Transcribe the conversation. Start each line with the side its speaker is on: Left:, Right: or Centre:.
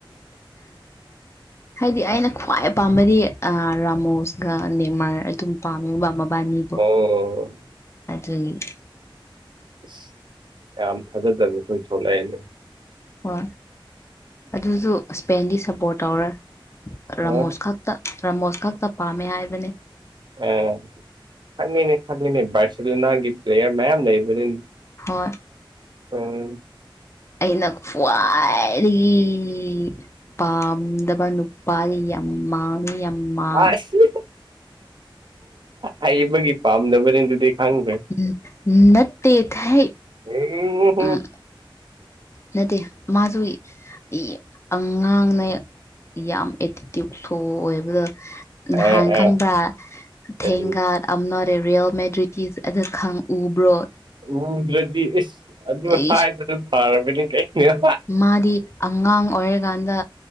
Left: ꯍꯥꯏꯗꯤ ꯑꯩꯅ ꯈ꯭ꯋꯥꯏ ꯄꯥꯝꯕꯗꯤ ꯑꯩ ꯔꯥꯃꯣꯁꯒ ꯅꯦꯝꯃꯔ ꯑꯗꯨꯝ ꯄꯥꯝꯃꯦꯕ ꯃꯕꯥꯅꯤ
Right: ꯑꯣ
Left: ꯑꯗꯨꯒꯤ
Right: <unintelligible>
Left: ꯍꯣꯏ ꯑꯗꯨꯁꯨ ꯁꯄꯦꯟꯒꯤ ꯁꯞꯄꯣꯔꯠ ꯇꯧꯔꯦ ꯔꯥꯃꯣꯁ
Right: ꯑ
Left: ꯈꯛꯇ ꯔꯥꯃꯣꯁ ꯈꯛꯇ ꯄꯥꯝꯃꯦ ꯍꯥꯏꯕꯅꯦ
Right: ꯑ ꯈꯪꯉꯤꯅꯦ ꯈꯪꯉꯤꯅꯦ ꯕꯥꯔꯁ‌ꯦꯂꯣꯅꯥꯒꯤ ꯄ꯭ꯂꯦꯌꯥꯔ ꯃꯌꯥꯝ ꯂꯩꯕꯅꯤ
Left: ꯍꯣꯏ
Right: ꯎꯝ
Left: ꯑꯩꯅ ꯈ꯭ꯋꯥꯏꯗꯒꯤ ꯄꯥꯝꯗꯕ ꯅꯨꯄꯥ ꯌꯥꯝ ꯃꯥꯉꯤ ꯌꯥꯝ ꯃꯥꯡ
Right: ꯑꯁ ꯍꯩꯕꯒꯤ ꯄꯥꯝꯅꯕꯅꯤ ꯑꯗꯨꯗꯤ ꯈꯪꯗ꯭ꯔꯦ
Left: ꯎꯝ ꯅꯠꯇꯦꯊꯥꯏ
Right: ꯎꯝ ꯍꯨꯝ
Left: ꯑꯝ ꯅꯠꯇꯦ ꯃꯥꯁꯨ ꯌ ꯑꯉꯥꯡꯅꯩ ꯌꯥꯝ ꯑꯦꯇꯤꯇ꯭ꯌꯨꯠ ꯁꯣ ꯑꯣꯏꯕꯗ‌ꯣ ꯅꯍꯥꯟ
Right: ꯑꯦ ꯑꯦ
Left: ꯈꯪꯕ꯭ꯔꯥ
Right: ꯀꯔꯤ
Left: ꯊꯦꯡꯒ ꯑ ꯅꯔꯦ ꯔꯤꯌꯦꯜ ꯃꯦꯗ꯭ꯔꯤꯛ ꯀꯤꯁ ꯑꯗꯨ ꯈꯪꯎꯕ꯭ꯔꯣ
Right: ꯎꯨꯗ꯭ꯔꯗꯤ ꯏꯁ ꯑꯗꯨ
Left: ꯏꯁ
Right: ꯍꯥꯏꯕꯗꯨ ꯐꯔꯕꯅꯤ ꯀꯩꯩꯅ
Left: ꯃꯥꯗꯤ ꯑꯉꯥꯡ ꯑꯣꯏꯔꯤꯀꯥꯟꯗ